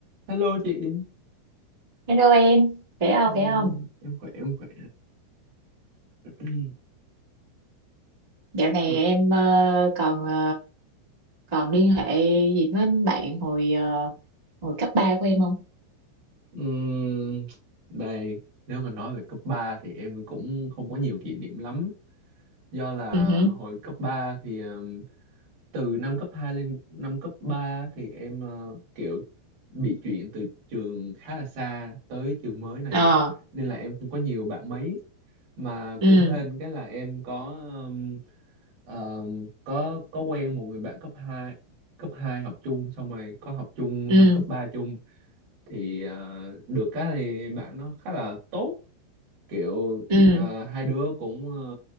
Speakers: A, on the right (about 55°); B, on the right (about 25°).
A: Hello chị,
B: Hello em, khỏe không,
A: Hello,
B: khỏe không?
A: em khỏe em khỏe. <clears throat>
B: Dạo này
A: Ờ,
B: em ờ, còn ờ, còn liên hệ gì với bạn hồi ờ, hồi cấp 3 của em không?
A: ừm, đây nếu mà nói về cấp 3 thì em cũng không có nhiều kỷ niệm lắm. do là
B: Ừ, hử.
A: hồi cấp 3 thì ừm, từ năm cấp 2 lên năm cấp 3 thì em ờ, kiểu bị chuyển từ trường khá là xa tới trường mới này
B: ờ,
A: nên là em không có nhiều bạn mấy mà
B: ừ,
A: cũng hên cái là em có ừm, ờm, có có quen một người bạn cấp hai cấp hai học chung xong rồi có học chung
B: ừ,
A: năm cấp 3 chung thì ờ, được cái thì bạn nó khá là tốt kiểu
B: ừ,
A: à, hai đứa cũng ờ,